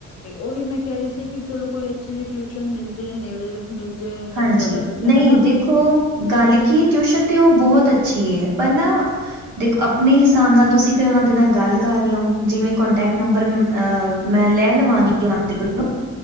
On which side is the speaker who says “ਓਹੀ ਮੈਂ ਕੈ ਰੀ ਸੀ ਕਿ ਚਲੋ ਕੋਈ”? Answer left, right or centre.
Left